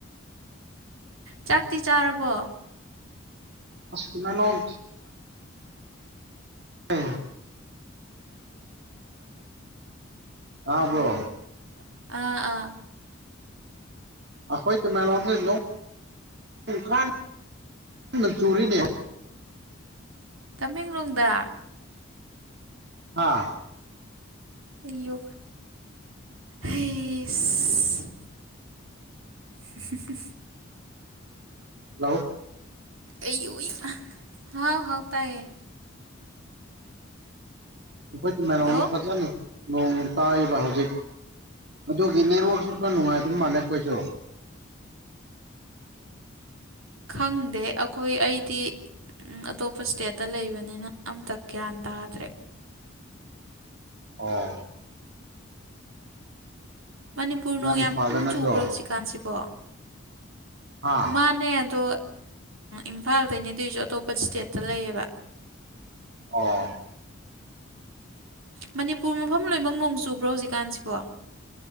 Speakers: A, on the right; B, on the right.
A: ꯆꯥꯛꯇꯤ ꯆꯥꯔꯕꯣ
B: ꯑ ꯃꯅꯣꯝ ꯎꯝ ꯑꯥꯕ꯭ꯔꯣ
A: ꯑꯣ ꯑꯥ ꯑꯥ
B: ꯑꯈꯣꯏ ꯇꯃꯦꯡꯂꯣꯡ ꯗꯤ ꯅꯣꯡ ꯀꯟꯅ ꯆꯨꯔꯤꯅꯦ
A: ꯇꯃꯦꯡꯂꯣꯡꯗ
B: ꯍꯥꯥ
A: ꯏꯣ ꯑꯩꯁ <unintelligible>
B: ꯍꯜꯂꯣ
A: ꯑꯩꯌꯣꯏꯃꯥ ꯍꯥꯎ ꯍꯥꯎ ꯇꯌꯦ
B: ꯑꯩꯈꯣꯏꯒꯤ ꯇꯃꯦꯂꯣꯡꯗ
A: ꯍꯜꯂꯣ
B: ꯐꯖꯅ ꯅꯣꯡ ꯇꯥꯏꯕ ꯍꯧꯖꯤꯛ ꯑꯗꯨꯒꯤ ꯅꯦꯠꯋꯔꯥꯛꯁꯦ ꯈꯔ ꯅꯨꯡꯉꯥꯏꯇꯕ ꯃꯥꯜꯂꯦ ꯑꯩꯈꯣꯏꯁꯨ <unintelligible>
A: ꯈꯪꯗꯦ ꯑꯩꯈꯣꯏ ꯑꯩꯗꯤ ꯑꯇꯣꯞꯄ ꯏꯁ꯭ꯇꯦꯠꯇ ꯂꯩꯕꯅꯤꯅ ꯑꯝꯇ ꯒ꯭ꯌꯥꯟ ꯇꯥꯗ꯭ꯔꯦ
B: ꯑꯣ
A: ꯃꯅꯤꯄꯨꯔ
B: ꯅꯪ
A: ꯅꯣꯡ
B: ꯏꯝꯐꯥꯜꯗ
A: ꯌꯥꯝ ꯀꯟꯅ
B: ꯅꯠꯇ꯭ꯔꯣ
A: ꯆꯨꯕ꯭ꯔꯥ ꯍꯧꯖꯤꯛꯀꯥꯟꯁꯤꯕꯣ
B: ꯍꯥ
A: ꯃꯥꯅꯦ ꯑꯗꯣ ꯏꯝꯐꯥꯜꯗꯒꯤ ꯑꯗꯨꯑꯣꯏꯁꯨ ꯑꯇꯣꯞꯄ ꯏꯁ꯭ꯇꯦꯠꯇ ꯂꯩꯌꯦꯕ
B: ꯑꯣ
A: ꯃꯅꯤꯄꯨꯔ ꯃꯐꯝ ꯂꯣꯏꯅꯃꯛ ꯅꯣꯡ ꯆꯨꯕ꯭ꯔꯣ ꯍꯧꯖꯤꯛꯀꯥꯟꯁꯤꯕꯣ